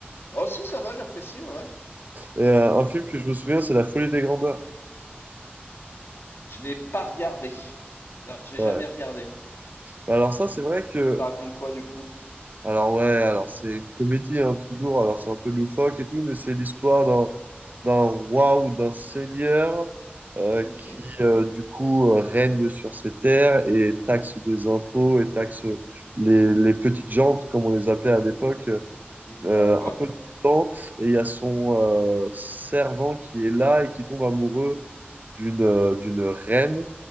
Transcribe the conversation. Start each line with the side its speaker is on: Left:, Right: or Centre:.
Left: Oh si, ça va, j'apprécie, ouais. ouais.
Right: Et, euh, un film que je me souviens, c'est La Folie des Grandeurs.
Left: Je l'ai pas regardé. Non, j'ai
Right: Ouais.
Left: jamais regardé.
Right: Bah Alors ça, c'est vrai que
Left: Ça raconte quoi du coup?
Right: Alors ouais, alors c'est une comédie hein, toujours, alors c'est un peu loufoque et tout, mais c'est l'histoire d'un d'un roi ou d'un seigneur euh,
Left: Mhm.
Right: qui euh, du coup euh, règne sur ses terres et taxe des impôts et taxe les, les petites gens, comme on les appelait à l'époque,
Left: Mm,
Right: euh,
Left: D'accord.
Right: un peu tout le temps. Et il y a son euh, servant qui est là et qui tombe amoureux d'une euh, d'une reine.